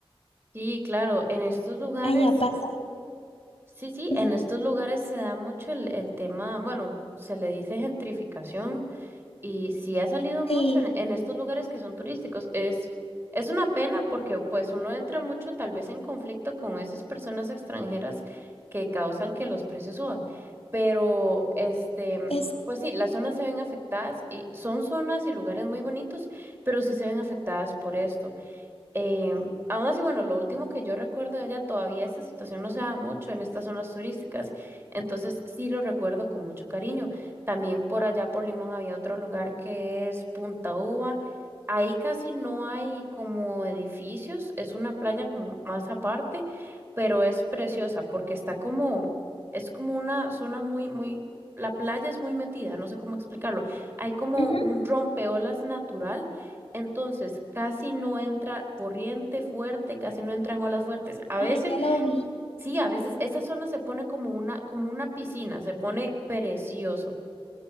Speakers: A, on the right; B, on the left.
A: Sí, claro, en estos lugares,
B: Allá pasa.
A: sí, sí,
B: Ujú.
A: en estos lugares se da mucho el, el tema, bueno, se le dice gentrificación y sí ha salido mucho
B: Sí,
A: en, en estos lugares que son turísticos. Es, es una pena porque pues uno entra mucho tal vez en conflicto con esas personas extranjeras que causan que los precios suban. Pero este,
B: es...
A: pues sí, las zonas se ven afectadas y son zonas y lugares muy bonitos, pero sí se ven afectadas por esto. Em, aún así, bueno, lo último que yo recuerdo de allá, todavía esta situación no se da mucho en estas zonas turísticas, entonces sí lo recuerdo con mucho cariño. También por allá por Limón había otro lugar que es Punta Uva. Ahí casi no hay como edificios, es una playa como más aparte, pero es preciosa porque está como, es como una zona muy, muy, la playa es muy metida, no sé cómo explicarlo. Hay como
B: ujú.
A: un rompeolas natural entonces, casi no entra corriente fuerte, casi no entran olas fuertes. A
B: Ah,
A: veces,
B: ya lo vi.
A: sí, a veces esa zona se pone como una, como una piscina, se pone precioso.